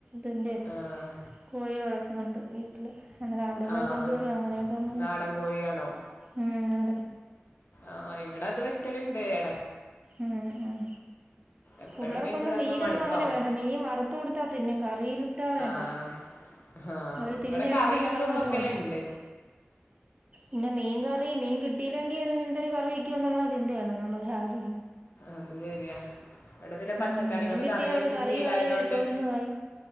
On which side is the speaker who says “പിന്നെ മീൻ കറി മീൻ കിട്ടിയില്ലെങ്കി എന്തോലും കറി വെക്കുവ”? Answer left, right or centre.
Right